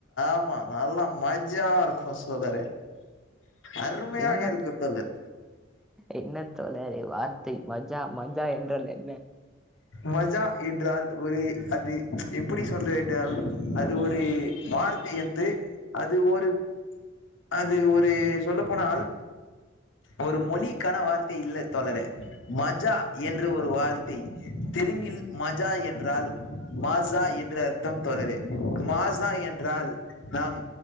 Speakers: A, on the left; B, in the centre.
A: ஆ நல்லா மஜ்ஜாவா இருக்கு சோழரே அருமையாக
B: என்ன
A: இருக்கு தோழர்
B: என்ன தோழரே வார்த்தை மஜ்ஜா மஜ்ஜா என்றால் என்ன
A: மஜா என்றால் ஒரு அது எப்படி சொல்றது அது ஒரு வார்த்தை என்று அது ஒரு அது ஒரு சொல்ல போனால் ஒரு மொழிக்கான வார்த்தை இல்ல தோழரே மஜா என் ங்குற ஒரு வார்த்தை தெலுங்கில் மஜா என்றால் மாத் ஜா என்ற அர்த்தம் தோழரே மாஜா என்றால் நாம்